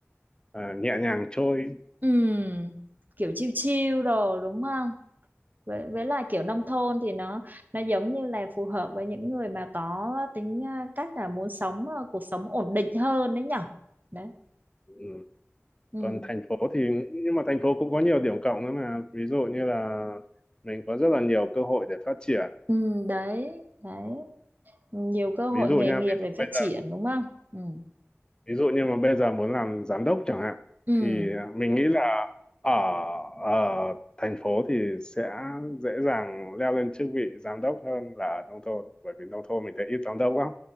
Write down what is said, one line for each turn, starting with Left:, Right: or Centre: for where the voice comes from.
Left: à, nhẹ nhàng trôi.
Right: ừ kiểu chiêu chiêu đồ đúng không với với lại kiểu nông thôn thì nó nó giống như là phù hợp với những người mà có tính à, cách là muốn sống à, cuộc sống ổn định hơn đấy nhở đấy
Left: ừ.
Right: ừ
Left: Còn thành phố thì nhưng mà thành phố cũng có nhiều điểm cộng nữa mà, ví dụ như là mình có rất là nhiều cơ hội để phát triển.
Right: ừ đấy đấy nhiều cơ hội
Left: Ví dụ
Right: nghề
Left: nha,
Right: nghiệp
Left: ví
Right: để
Left: dụ
Right: phát
Left: bây
Right: triển
Left: giờ
Right: đúng không ừ
Left: ví dụ như mà bây giờ muốn làm giám đốc chẳng hạn
Right: ừ
Left: thì mình nghĩ là ở ở thành phố thì sẽ dễ dàng leo lên chức vị giám đốc hơn là ở nông thôn bởi vì nông thôn mình thấy ít giám đốc lắm